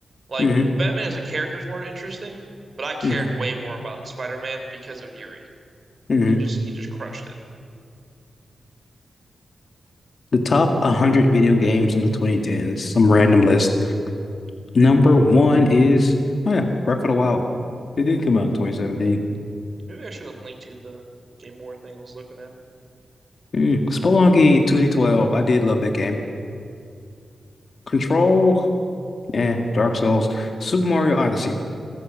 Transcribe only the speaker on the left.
hmm
hmm
hmm
The top 100 video games of the 2010s, some random list. Number one is, oh yeah, Breath of the Wild. It did come out in 2017.
Mm. Spelunky 2012. I did love that game. Control, yeah, Dark Souls. Super Mario Odyssey.